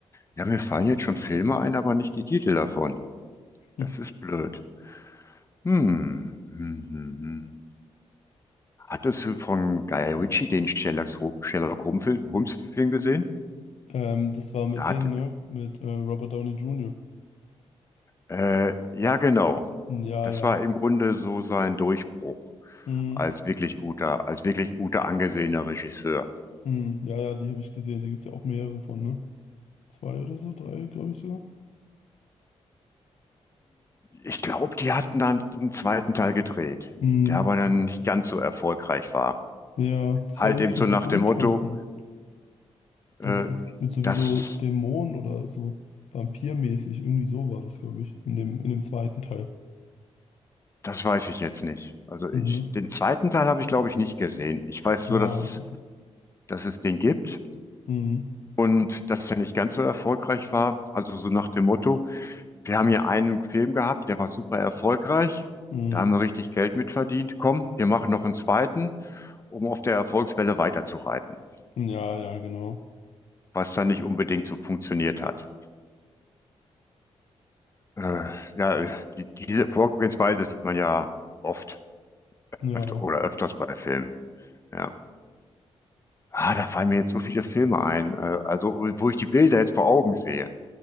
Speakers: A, on the left; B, on the left.
A: Ja, mir fallen jetzt schon Filme ein, aber nicht die Titel davon.
B: Hm.
A: Das ist blöd. Hm. Hm, hm, hm. Hattest du von Guy Ritchie den Sherlock Sherlock Holmes Film Holmes Film gesehen?
B: Ähm, das war mit
A: Da hat,
B: Ding, ne? Mit äh, Robert Downey Jr.
A: äh, ja, genau.
B: Ja,
A: Das
B: ja.
A: war im Grunde so sein Durchbruch
B: Mhm.
A: als wirklich guter, als wirklich guter angesehener Regisseur.
B: Mhm. Ja, ja, die habe ich gesehen. Da gibt es ja auch mehrere von, ne? Zwei oder so, drei, glaube ich sogar.
A: Ich glaube, die hatten dann einen zweiten Teil gedreht,
B: Mm.
A: der aber dann nicht ganz so erfolgreich war.
B: Ja, das
A: Halt
B: war irgendwas
A: eben so
B: mit
A: nach
B: so Untoten.
A: dem Motto, äh,
B: Da war es mit sowieso
A: das,
B: Dämonen oder so vampirmäßig. Irgendwie so war das, glaube ich, in dem, in dem zweiten Teil.
A: das weiß ich jetzt nicht. Also
B: Mhm.
A: ich, den zweiten Teil habe ich, glaube ich, nicht gesehen. Ich weiß
B: Ah,
A: nur, dass,
B: okay, okay.
A: dass es den gibt
B: Mhm.
A: und dass der nicht ganz so erfolgreich war. Also so nach dem Motto, Wir haben hier einen Film gehabt, der war super erfolgreich.
B: Mhm.
A: Da haben wir richtig Geld mitverdient. Komm, wir machen noch einen zweiten, um auf der Erfolgswelle weiterzureiten,
B: Ja, ja, genau.
A: was dann nicht unbedingt so funktioniert hat. Äh, ja, die, diese Vorgehensweise sieht man ja oft,
B: Ja.
A: öfter oder öfters bei Filmen. Ja. Ah, da fallen mir jetzt so viele Filme ein, äh, also wo ich die Bilder jetzt vor Augen sehe,